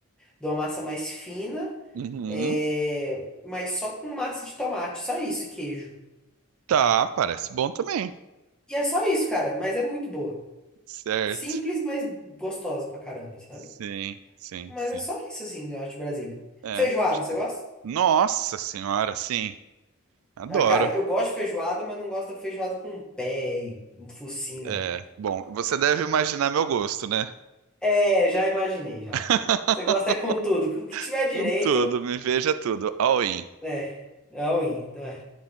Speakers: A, in the centre; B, on the right.
A: de uma massa mais fina,
B: uhum,
A: é, mas só com massa de tomate, só isso e queijo.
B: tá, parece bom também.
A: E é só isso, cara, mas é muito boa.
B: Certo.
A: Simples, mas gostosa pra caramba, sabe?
B: Sim, sim,
A: Mas
B: sim.
A: é só isso, assim, eu acho, de Brasília.
B: É,
A: Feijoada,
B: pode
A: você
B: crer.
A: gosta?
B: Nossa senhora, sim. Adoro.
A: Ah, cara, eu gosto de feijoada, mas não gosto da feijoada com pé e um focinho,
B: É,
A: não.
B: bom, você deve imaginar meu gosto, né?
A: É, já imaginei, já.
B: <laughs>
A: Você gosta é com tudo. O que tiver direito,
B: Com Tudo, me veja tudo, all in.
A: é. É all-in, tá?